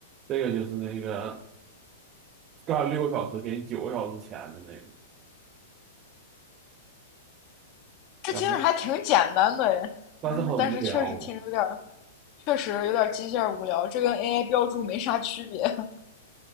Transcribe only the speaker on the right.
这个就是那个干六个小时给你九个小时钱的那个。
然后但是很无聊